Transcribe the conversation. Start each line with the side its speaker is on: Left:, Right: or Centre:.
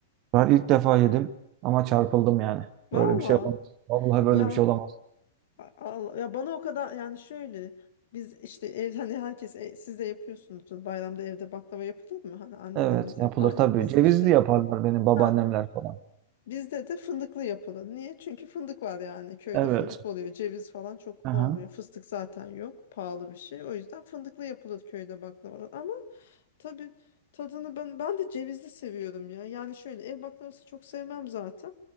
Right: Ben ilk defa yedim ama çarpıldım yani.
Left: Valla.
Right: Böyle bir şey olamaz. Vallahi böyle
Left: Ya
Right: bir şey olamaz.
Left: a- Allah, ya bana o kadar yani şöyle biz işte ev hani herkes e, siz de yapıyorsunuzdur bayramda evde baklava yapılır mı? Hani annelerimiz
Right: Evet yapılır
Left: yapar
Right: tabii.
Left: ya biz
Right: Cevizli
Left: işte
Right: yaparlar benim babaannemler
Left: Ha,
Right: falan.
Left: Bizde de fındıklı yapılı. Niye? Çünkü fındık var yani. Köyde
Right: Evet.
Left: fındık oluyor. Ceviz falan çok
Right: Aha.
Left: olmuyor. Fıstık zaten yok. Pahalı bir şey. O yüzden fındıklı yapılır köyde baklavalar. Ama tabii tadını ben ben de cevizli seviyorum ya. Yani şöyle ev baklavası çok sevmem zaten.